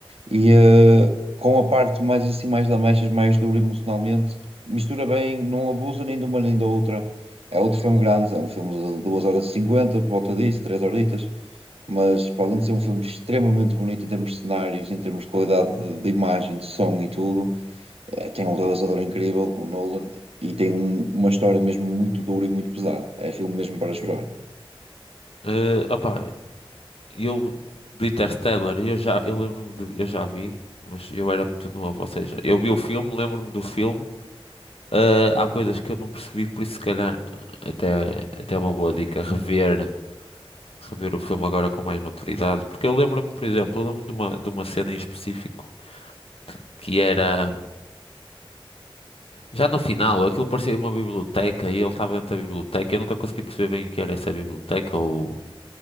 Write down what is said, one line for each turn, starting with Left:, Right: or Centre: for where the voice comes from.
Right: e eh, com a parte mais assim, mais lamechas, mais dura emocionalmente, mistura bem, não abusa nem de uma nem da outra. É outro filme grande, é um filme de 2 horas e 50 por volta disso, três horitas mas para além de ser um filme extremamente bonito em termos de cenários, em termos de qualidade de, de imagem, de som e tudo, eh, tem um realizador incrível, o Nolan, e tem um- uma história mesmo muito dura e muito pesada. É filme mesmo para chorar.
Left: Eh, opá, eu do Interstellar, eu já eu lembro-me de- eu já vi, mas eu era muito novo, ou seja, eu vi o filme, lembro-me do filme. ah, há coisas que eu não percebi, por isso se calhar até até é uma boa dica rever rever o filme agora com mais maturidade, porque eu lembro-me, por exemplo, eu lembro-me de uma de uma cena em específico que era já no final, aquilo parecia uma biblioteca e ele estava dentro da biblioteca. Eu nunca consegui perceber bem o que era essa biblioteca ou